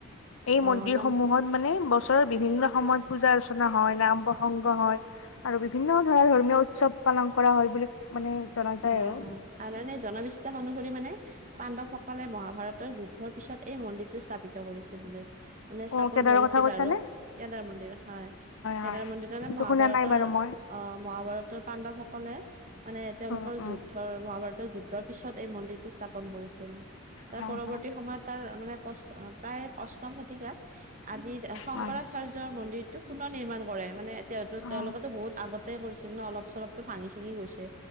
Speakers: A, on the left; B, on the right.
A: এই
B: অ
A: মন্দিৰ
B: মানে
A: সমূহত মানে বস তৰ বিভিন্ন সময়ত পূজা অৰ্চনা হয় নাম প্ৰসংগ হয় আৰু বিভিন্ন ধৰা ধৰ্মীয় উৎসৱ পালন কৰা হয় বুলি মানে জনা যায়
B: অ'
A: আৰু
B: আৰু এনে জনবিশ্বাস অনুসৰি মানে পাণ্ডৱসকলে মহাভাৰতৰ যুদ্ধৰ পিছত এই মন্দিৰটো স্থাপিত কৰিছিল বোলে মানে স্থাপন
A: অ' কেদাৰৰ
B: কৰিছিল
A: কথা কৈছানে?
B: আৰু কেদাৰ মন্দিৰ হয় কেদাৰ
A: হয়,
B: মন্দিৰটো এনে
A: সেইটো
B: মহাভাৰতৰ
A: শুনা নাই বাৰু মই।
B: অ মহাভাৰতৰ পাণ্ডৱসকলে মানে তেওঁলোকৰ
A: উম উম,
B: যুদ্ধৰ মহাভাৰতৰ যুদ দ্ধৰ পিছত এই মন্দিৰটো স্থাপন কৰিছিল তাৰ
A: হয়
B: পৰৱৰ্তী
A: হয়,
B: সময়ত তাৰ তাৰ মানে পষ্ট অ প্ৰায় অষ্টম শতিকাত আদিৰ শংকৰাচাৰ্যৰ
A: হয়।
B: মন্দিৰটো পুনৰ নিৰ্মাণ কৰে মানে তেওঁতো
A: অ'
B: তেওঁলোকেতো বহুত আগত তে কৰিছিল ন অলপ চলপতো ভাঙি চিঙি গৈছে